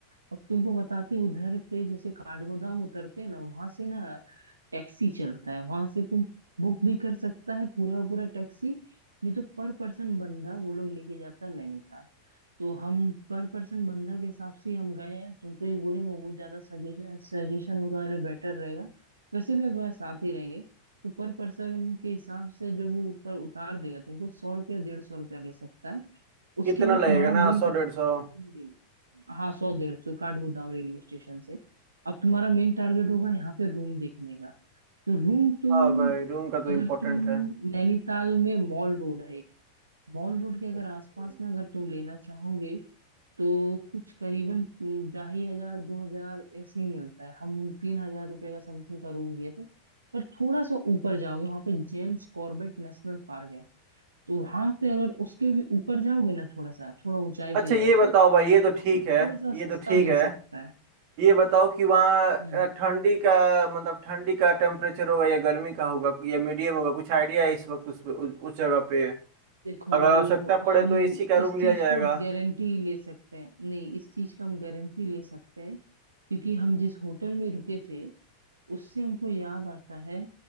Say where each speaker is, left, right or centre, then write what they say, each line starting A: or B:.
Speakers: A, on the right; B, on the right.
A: अब तुमको बताते उधर पे जैसे काठगोदाम उतरते हैं ना वहां से ना टैक्सी चलता है वहां से तुम बुक भी कर सकता है पूरा पूरा टैक्सी नहीं तो पर पर्सन बंदा वो लोग लेके जाता है नैनीताल तो हम पर पर्सन बंदा के हिसाब से ही हम गए हैं तुमको ये बोलेंगे वो ज्यादा सजेशन सजेशन वो वाले बेटर रहेगा वैसे भी अगर साथ ही रहेंगे तो पर पर्सन के हिसाब से जो वो ऊपर उतार देगा तुमको सौ रुपया डेढ़ सौ रुपया ले सकता है उसके
B: इतना
A: बाद
B: लगेगा
A: तुम्हारा मेन
B: ना सौ
A: टारगेट
B: डेढ़ सौ
A: होगा रूम डील हाँ सौ डेढ़ सौ काठगोदाम रेलवे स्टेशन से अब तुम्हारा मेन टारगेट होगा यहाँ पे रूम देखने का तो रूम तुम
B: हाँ भाई रूम का तो
A: अगर
B: इम्पोर्टेंट
A: तुम
B: है
A: नैनीताल में मॉल रोड है एक मॉल रोड के अगर
B: अच्छा।
A: आसपास में अगर तुम लेना चाहोगे तो कुछ करीबन ढाई हजार दो हजार ऐसे ही मिलता है हम तीन हजार रुपये का समथिंग का रूम दिए थे पर थोड़ा सा ऊपर जाओगे वहाँ पे जेम्स कॉर्बेट नेशनल पार्क है तो वहाँ पे अगर उसके भी ऊपर जाओगे ना थोड़ा सा थोड़ा ऊंचाई
B: अच्छा
A: पे जाओगे
B: ये बताओ
A: तो
B: भाई ये तो
A: वहाँ
B: ठीक
A: पे थोड़ा
B: है
A: सा
B: ये तो
A: सस्ता
B: ठीक
A: मिल
B: है
A: सकता है
B: ये बताओ कि वहाँ अ,
A: हम्म।
B: ठंडी का मतलब ठंडी का टेम्परेचर होगा या गर्मी का होगा या मीडियम होगा कुछ आइडिया है इस वक्त उस उस उस जगह पे
A: देखो
B: अगर आवश्यकता पड़े
A: हम
B: तो एसी का
A: इस
B: रूम लिया
A: चीज
B: जाएगा
A: को गारंटी ले सकते हैं नहीं इस चीज का हम गारंटी ले सकते हैं क्योंकि हम जिस होटल में रुके थे उससे हमको याद आता है